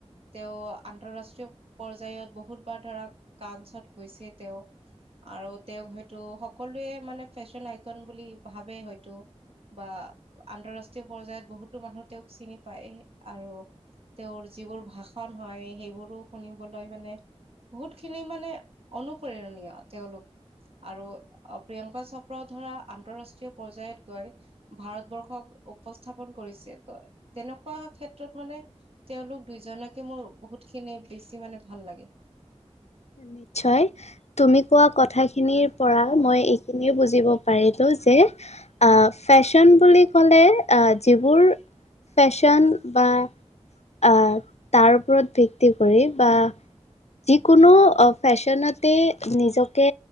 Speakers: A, on the right (about 60°); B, on the left (about 75°).
A: তেওঁ আন্তৰাষ্ট্ৰীয় পৰ্যায়ত বহুত বাৰ ধৰা কাউঞ্চত গৈছে তেওঁ, আৰু তেওঁক হয়তটো সকলোৱে মানে ফেশ্বন আইকন বুলি ভাবে হয়তো বা আন্তৰাষ্ট্ৰীয় পৰ্যায়ত বহুতো মানুহ তেওঁক চিনি পায় আৰু তেওঁৰ যিবোৰ ভাষণ হয় সেইবোৰো শুনিবলৈ মানে বহুত খিনি মানে অনুপ্ৰেৰণীয় তেওঁলোক। আৰু প্ৰিয়ংকা চপ প্ৰ ধৰা আন্তঃৰাষ্ট্ৰীয় পৰ্যয়ত গৈ ভাৰতবৰ্ষক উপস্থাপন কৰিছে, ত' তেনেকুৱা ক্ষেত্ৰত মানে তেওঁলোক দুইজনকে মোৰ বহুত খিনি বেছি মানে ভাল লাগে।
B: নিশ্চয় তুমি কোৱা কথাখিনিৰ পৰা মই এইখিনিয়ে বুজিব পাৰিলো যে আ ফেশ্বন বুলি ক'লে আ যিবোৰ ফেশ্বন বা আ তাৰ ওপৰত ভিত্তি কৰি বা যি কোনো ফেশ্বনতে নিজকে